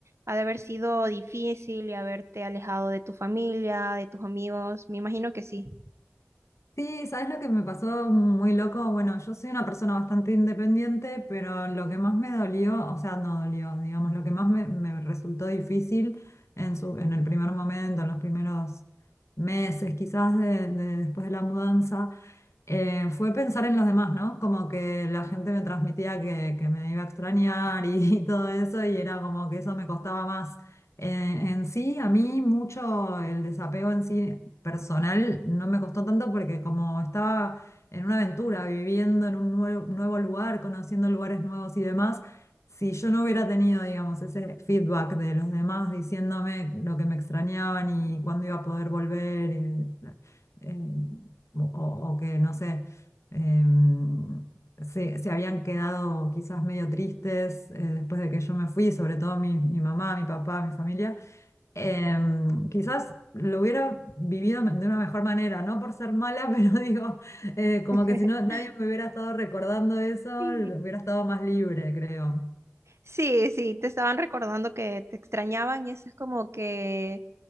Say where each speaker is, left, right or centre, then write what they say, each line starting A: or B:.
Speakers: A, on the right; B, on the left.
A: ha de haber sido difícil y haberte alejado de tu familia, de tus amigos. Me imagino que sí.
B: Sí, ¿sabes lo que me pasó muy loco? Bueno, yo soy una persona bastante independiente, pero lo que más me dolió, o sea, no dolió, digamos, lo que más me, me resultó difícil en su, en el primer momento, en los primeros meses, quizás de- de- después de la mudanza, eh, fue pensar en los demás, ¿no? Como que la gente me transmitía que, que me iba a extrañar y, <laughs> todo eso, y era como que eso me costaba más. Eh, en sí, a mí mucho el desapego en sí personal no me costó tanto porque como estaba en una aventura, viviendo en un nuevo, nuevo lugar, conociendo lugares nuevos y demás, si yo no hubiera tenido, digamos, ese feedback de los demás diciéndome lo que me extrañaban y cuándo iba a poder volver, y, eh, o, o- o que, no sé, em, se, se habían quedado quizás medio tristes eh, después de que yo me fui, sobre todo mi, mi mamá, mi papá, mi familia, em, quizás lo hubiera vivido me- de una mejor manera, no por ser mala, <laughs> pero digo, eh,
A: <laughs>
B: como que si no nadie me hubiera estado recordando eso,
A: Sí,
B: l- hubiera estado más libre, creo.
A: sí, sí, te estaban recordando que te extrañaban y eso es como que